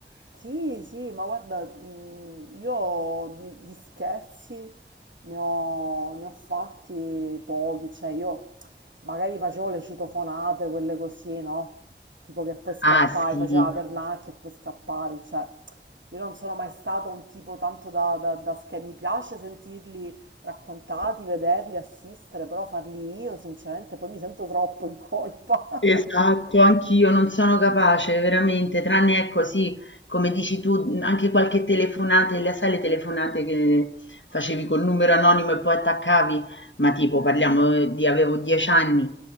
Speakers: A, on the right (about 85°); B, on the left (about 85°).
A: Sì, sì, ma guarda, mh, io di, di scherzi ne ho, ne ho fatti pochi, cioè io magari facevo le citofonate, quelle così, no? Tipo che poi scappavi,
B: Ah sì.
A: faceva la pernacchia e poi scappavi, cioè io non sono mai stato un tipo tanto da, da, da scher- mi piace sentirli raccontati, vederli, assistere, però farli io sinceramente poi mi sento troppo in colpa.
B: Esatto,
A: <laughs>
B: anch'io non sono capace veramente, tranne ecco sì, come dici tu, mh, anche qualche telefonata, le- sai le telefonate che facevi col numero anonimo e poi attaccavi, ma tipo parliamo eh, di avevo dieci anni,